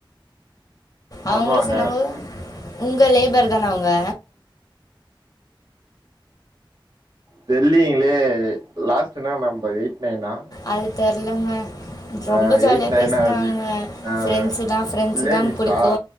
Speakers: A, on the left (about 45°); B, on the right (about 50°).
A: அவங்களு
B: ஆமாங்க
A: சொன்னாங் உங்க லேபர் தான அவுங்க
B: தெரிலீங்ளே லாஸ்ட்ன்னா நம்ம எய்ட் நெனா
A: அது தெர்லங்க ரொம்ப
B: ஆஹ்
A: ஜாலியா
B: எயிட் நைனா
A: பேசுனாங்க
B: இர் அஹ்
A: ஃப்ரெண்ட்ஸு தா ஃப்ரெண்ட்ஸு
B: லேடிஸா
A: தா எனக்கு புடிக்கு